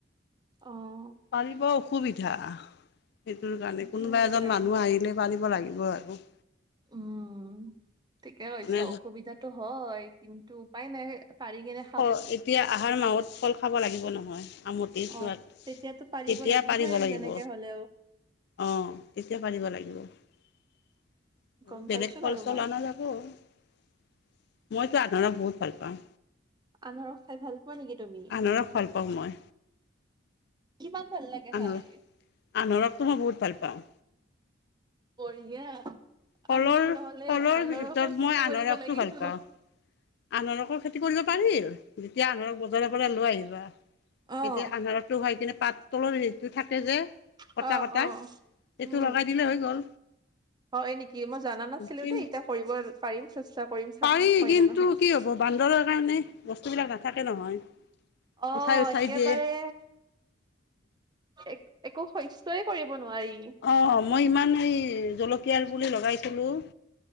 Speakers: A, on the right; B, on the left.
A: অ',
B: পাৰিব অসুবিধা। সেইটোৰ কাৰণে
A: এইটো
B: কোনোবা
A: হয়
B: এজন
A: বাৰু।
B: মানুহ আহিলে পাৰিব লাগিব আৰু।
A: উম! ঠিকে কৈছা।
B: মানে
A: অসুবিধাতো হয় কিন্তু উপায় নাই। পাৰি গিনে
B: ফ এতিয়া আহাৰ মাহত ফল খাব লাগিব নহয় আমতে চোৱাত।
A: অ', তেতিয়াতো পাৰিব
B: তেতিয়া
A: লাগিবই
B: পাৰিব লাগিব
A: যেনেকে হ'লেও।
B: অঁ! তেতিয়া পাৰিব লাগিব।
A: গম
B: বেলেগ
A: পাইছো
B: ফল-চল
A: বাৰু মই,
B: অনা যাব। <unintelligible> মইতো আনাৰসক বহুত ভাল পাওঁ।
A: আনাৰস খাই ভাল খোৱা নেকি তুমি?
B: আনাৰস ভাল পাওঁ মই
A: কিমান ভাল লাগে
B: আনাৰস
A: খাই?
B: আনাৰসটো মই বহুত ভাল পাওঁ।
A: বঢ়িয়া।
B: ফলৰ
A: আমি নহ'লে
B: ফলৰ
A: আনাৰসৰ
B: ভিতৰত মই
A: খেতি
B: আনাৰসটো
A: কৰিব লাগিব।
B: ভাল পাওঁ আনাৰসৰ খেতি কৰিব পাৰি যেতিয়া আনাৰস বজাৰৰ পৰা লৈ আহিবা।
A: অ',
B: এতিয়া আনাৰসটো হয় কিনে পাত তলৰ হেৰিটো থাকে যে কটা-কটা।
A: অ', অ',
B: এইটো
A: উম,
B: লগাই দিলে হৈ গ'ল।
A: হয় নেকি? মই জানা নাছিলো
B: কি
A: দেই এতিয়া কৰিব পাৰিম চেষ্টা কৰিম চাম
B: পাৰি
A: হয়
B: কিন্তু
A: নে নহয়?
B: কি হ'ব বান্দৰৰ কাৰণে বস্তুবিলাক নাথাকে নহয়।
A: অ!
B: উঠাই উঠাই
A: একেবাৰে
B: দিয়ে
A: এক একো শস্যই কৰিব নোৱাৰি।
B: অঁ! মই ইমান এই জলকীয়াৰ পুলি লগাইছিলোঁ।